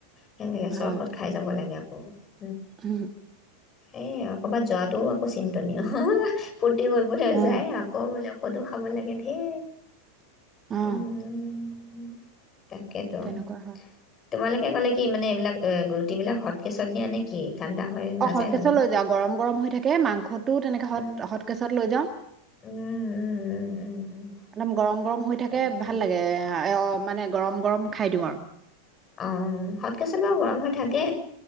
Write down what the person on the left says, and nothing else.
সেয়েহে গেছৰ
ঔষধ খাই যাব লাগে আৰু অ
এ কৰবাত যোৱাটো আকৌ চিন্তনীয় ফূৰ্তি কৰিবলৈ
যায় আকৌ বোলে সদো খাব লাগে ধেৰ
উম তাকেতো
তোমালোকে ক'লে কি মান এইবিলাক ৰুটি বিলাক হটকেচত নিয়া নে কি? ঠাণ্ডা হৈ
নাযায়
জানো
উম,
উম, উম, উম, উম,
তাকে
অ সৎকেচন বাৰু গৰম হৈ থাকে